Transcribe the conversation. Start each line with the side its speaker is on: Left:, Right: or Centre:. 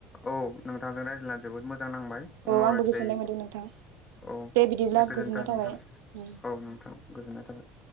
Left: औ नोंथां रायज्लायनानै जोबोद मोजां जां नांबाय
Right: औ
Left: उनाव
Right: आंबो
Left: रायज्लायो
Right: गोजोननाय मोनदों नोंथां
Left: औ
Right: बिदिब्ला
Left: दे गोजोनथों
Right: गोजोननाय थाबाय
Left: नोंथां औ
Right: उम
Left: नोंथां गोजोननाय थाबाय।